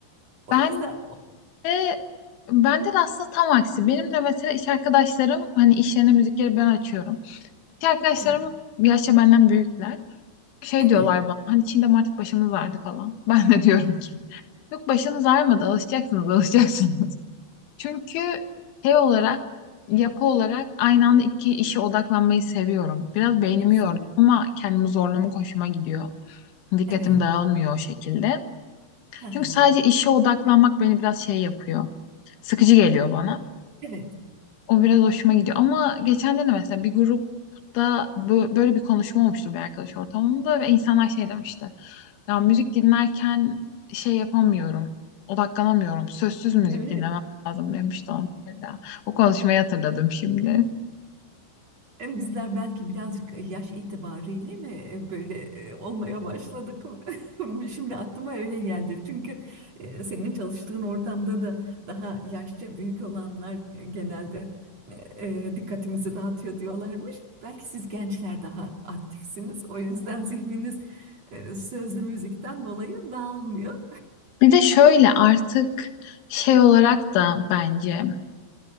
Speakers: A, on the right (about 40°); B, on the left (about 80°).
A: O
B: Ben
A: yüzden
B: Ve bende de aslında tam aksi. Benim de mesela iş arkadaşlarım hani iş yerine müzikleri ben açıyorum. İş arkadaşlarım
A: evet,
B: yaşça benden büyükler. Şey
A: evet.
B: diyorlar bana hani Çiğdem artık başımız ağrıdı falan. <laughs> Ben de diyorum ki yok başınız ağrımadı alışacaksınız alışacaksınız. <laughs> Çünkü şey olarak yapı olarak aynı anda iki işe odaklanmayı seviyorum. Biraz beynimi
A: Ne güzel.
B: yoruyor ama kendimi zorlamak
A: Evet.
B: hoşuma gidiyor. Dikkatim
A: Evet.
B: dağılmıyor o şekilde.
A: <laughs>
B: Çünkü sadece işe odaklanmak beni biraz şey yapıyor. Sıkıcı geliyor bana.
A: Evet.
B: O biraz hoşuma gidiyor. Ama geçen de de mesela bir grupta bö- böyle bir konuşma olmuştu bir arkadaş ortamında ve insanlar şey demişti. Ya müzik dinlerken şey yapamıyorum, odaklanamıyorum. Sözsüz müzik
A: Evet.
B: dinlemem lazım demişti onlar da. O konuşmayı hatırladım şimdi.
A: E, Bizler belki birazcık e, yaş itibariyle mi e, böyle e, olmaya başladık? <laughs> Şimdi aklıma öyle geldi. Çünkü e, senin çalıştığın ortamda da daha yaşça büyük olanlar e, genelde e, e, dikkatimizi dağıtıyor diyorlarmış. Belki siz gençler daha aktifsiniz. O yüzden zihniniz e, sözlü müzikten dolayı dağılmıyor.
B: Bir de şöyle artık şey olarak da bence